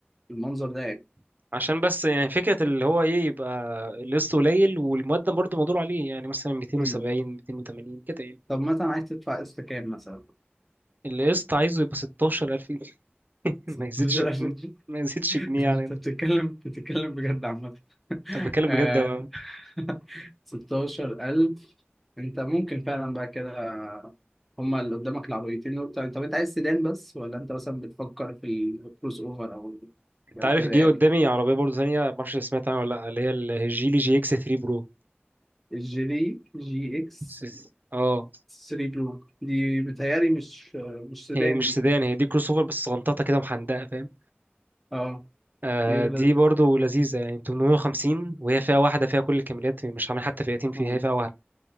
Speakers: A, in the centre; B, on the right (about 45°).
A: المنظر ده يعني
B: عشان بس يعني فكرة اللي هو ايه يبقى القسط قليل والمقدم برضه مقدور عليه يعني مثلا 270
A: مم.
B: 280 كده يعني
A: طب مثلا عايز تدفع قسط كام مثلا
B: القسط عايزه يبقى 16000 جنيه <laughs>
A: 16000
B: ما يزيدش جنيه
A: جنيه
B: ما يزيدش
A: <laughs>
B: جنيه يعني
A: انت بتتكلم بتتكلم بجد عامة <laughs>
B: انا بتكلم
A: آه،
B: بجد أنا-
A: <laughs> 16000 انت ممكن فعلا بقى كده هما اللي قدامك العربيتين دول طب طب انت عايز سيدان بس ولا انت مثلا بتفكر في الكروس اوفر او
B: انت
A: او
B: عارف
A: كده
B: جه
A: يعني
B: قدامي عربية برضه ثانية ما اعرفش سمعت عنها ولا لا اللي هي الجيلي جي اكس 3 برو
A: الجي دي جي اكس
B: س- اه
A: 3 بلو دي بتهيألي مش مش سيدان
B: هي مش
A: دي
B: سيدان هي دي كروس اوفر بس غنططة كده محندقة فاهم
A: اه
B: آه
A: دي لا-
B: دي برضه لذيذة يعني 850 وهي فئة واحدة فيها كل الكاميرات مش عامل حتى فئتين فيها
A: اه
B: هي فئة واحدة